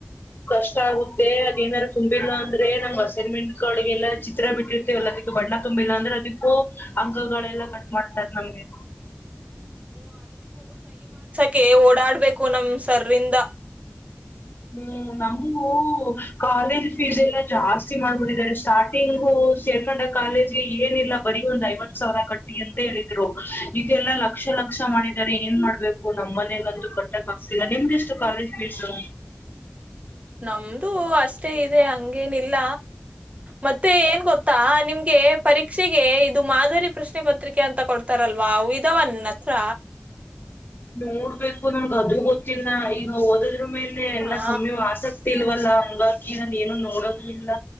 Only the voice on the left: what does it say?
ಕಷ್ಟ ಆಗುತ್ತೆ ಅದೇನಾರು ತುಂಬಿಲ್ಲ ಅಂದ್ರೆ ನಮ್ ಅಸೈನ್ಮೆಂಟ್ ಗಳ್ಗೆಲ್ಲ ಚಿತ್ರ ಬಿಟ್ಟಿರ್ತಿವ ಅದ್ಕ್ ಬಣ್ಣ ತುಂಬಿಲ್ಲ ಅಂದ್ರೆ ಅದಕ್ಕೂ ಅಂಕಗಳೆಲ್ಲ ಕಟ್ ಮಾಡ್ತಾರೆ ನಮ್ಗೆ.
ಹ್ಮ್ ನಮ್ಗೂ ಕಾಲೇಜ್ ಫೀಸ್ ಎಲ್ಲಾ ಜಾಸ್ತಿ ಮಾಡ್ಬಿಟ್ಟಿದ್ದಾರೆ ಸ್ಟಾರ್ಟಿಂಗು ಸೇರ್ಕಂಡಾಗ್ ಕಾಲೇಜ್ಗೆ ಏನಿಲ್ಲ ಬರಿ ಒಂದ್ ಐವತ್ ಸಾವ್ರ ಕಟ್ಟಿ ಅಂತ ಹೇಳಿದ್ರು ಈಗೆಲ್ಲಾ ಲಕ್ಷ ಲಕ್ಷ ಮಾಡಿದ್ದಾರೆ ಏನ್ ಮಾಡ್ಬೇಕು ನಮ್ ಮನೆಲ್ಲಂತೂ ಕಟ್ಟಕ್ ಆಗ್ತಿಲ್ಲ ನಿಮ್ದಷ್ಟು ಕಾಲೇಜ್ ಫೀಸು.
ನೋಡ್ಬೇಕು ನನ್ಗ ಅದು ಗೊತ್ತಿಲ್ಲ ಈಗ ಓದ್ ಓದದ್ರು ಮೇಲೆ ಎಲ್ಲಾ
ಕಮ್ಮಿಯು ಆಸಕ್ತಿ ಇಲ್ವಲ್ಲ. ಒಂಬಕ್ಕಿ ಏನೋ ನೋಡದ್ ಇಲ್ಲ